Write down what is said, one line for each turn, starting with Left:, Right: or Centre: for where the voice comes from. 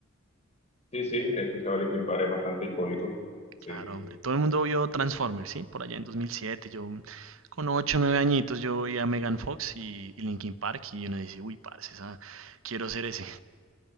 Left: Sí, sí, he escuchado Linkin Park, es bastante icónico. Sí.
Right: Claro, hombre, todo el mundo vio Transformers, ¿sí? Por allá en 2007, yo con 8 o 9 añitos yo veía a Megan Fox y, y Linkin Park y uno dice, uy, parce, esa- quiero ser ese.